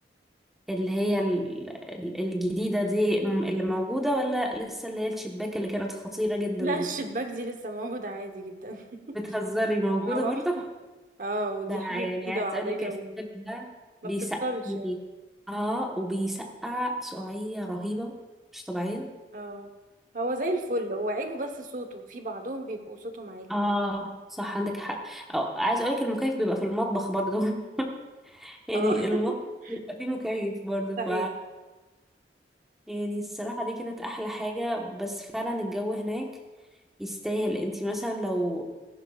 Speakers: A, in the centre; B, on the right (about 45°).
A: اللي هي ال- ال- الجديدة دي م- اللي موجودة ولا لسه اللي هي الشباك اللي كانت خطيرة جدا
B: لا
A: دي
B: الشباك دي لسه موجودة عادي جدا <laughs>
A: بتهزري موجودة
B: اه
A: برضه
B: اه ودي
A: ده يعني
B: حاجة جديدة
A: عايز
B: وعادية
A: اقول لك الشباك
B: وما
A: ده بيسقي
B: بتضطرش يعني
A: اه وبيسقع سقعية رهيبة مش طبيعية
B: اه هو زي الفل هو عيبه بس صوته في بعضهم بيبقوا صوتهم عالي
A: اه صح عندك حق أو عايز اقولك المكيف بيبقى في المطبخ برضو <laughs> يعني
B: اه
A: المطبخ
B: <laughs>
A: بيبقى فيه مكيف برضو ف
B: صحيح
A: يعني الصراحة دي كانت احلى حاجة بس فعلا الجو هناك يستاهل انتي مثلا لو